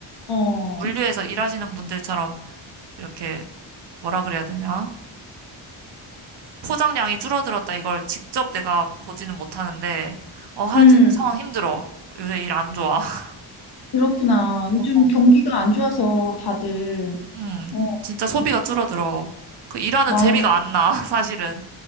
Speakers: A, on the left (about 50°); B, on the right (about 55°).
A: 어,
B: 물류에서 일하시는 분들처럼 이렇게 뭐라 그래야 되냐? 포장량이 줄어들었다. 이걸 직접 내가 보지는 못하는데, 어, 하여튼
A: 음,
B: 상황 힘들어. 요새 일 안 좋아. <laughs>
A: 그렇구나. 요즘
B: 어.
A: 경기가 안 좋아서 다들
B: 음,
A: 어.
B: 진짜
A: 어.
B: 소비가 줄어들어. 그 일하는
A: 맞아.
B: 재미가 안 나, <laughs> 사실은.